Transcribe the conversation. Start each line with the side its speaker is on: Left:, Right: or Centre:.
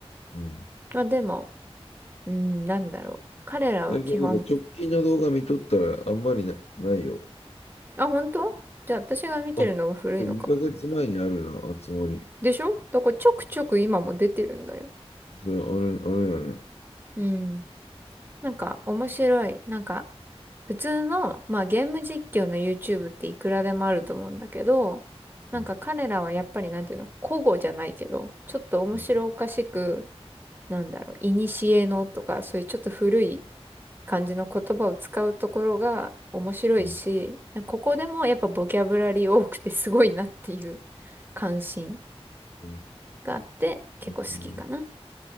Left: うん。
Right: まあでも、うん、なんだろう。彼らは基本、
Left: え、でなんか直近の動画見とったらあんまりな、ないよ。
Right: あ、本当じゃあ私が見てるのが古いのか。
Left: あ、で2ヶ月前にあるな、あつ森。
Right: でしょだからちょくちょく今も出てるんだよ。
Left: それ、あれ、あれやね。
Right: うん。なんか面白い。なんか普通の、まあゲーム実況の YouTube っていくらでもあると思うんだけど、なんか彼らはやっぱりなんていうの、
Left: うん、
Right: 古語じゃないけど、ちょっと面白おかしく、
Left: うん、
Right: なんだろう、古のとか、そういうちょっと古い感じの言葉を使うところが面白いし、
Left: うん。
Right: ここでもやっぱボキャブラリー多くてすごいなっていう関心
Left: え
Right: があって、結構好きかな。
Left: ー